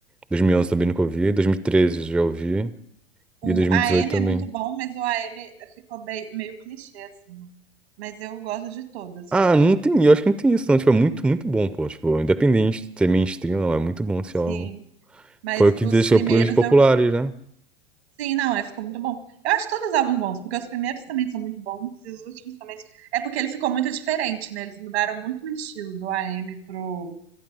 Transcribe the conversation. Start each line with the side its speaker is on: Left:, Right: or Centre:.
Centre: 2011 também nunca ouvi. 2013 já ouvi.
Right: O
Centre: E 2018
Right: AM
Centre: também.
Right: é muito bom, mas o AM ficou bem, meio clichê, assim, né? Mas eu gosto de todas
Centre: Ah,
Right: dele.
Centre: não tem... Eu acho que não tem isso, não. Tipo, é muito, muito bom, pô. Tipo, independente de ser mainstream, não. É muito bom esse
Right: Sim,
Centre: álbum.
Right: mas
Centre: Foi o que
Right: os
Centre: deixou
Right: primeiros
Centre: eles populares,
Right: eu.
Centre: né?
Right: Sim, não, é, ficou muito bom. Eu acho todos os álbuns bons, porque os primeiros também são muito bons e os últimos também. É porque ele ficou muito diferente, né? Eles mudaram muito o estilo do AM pro,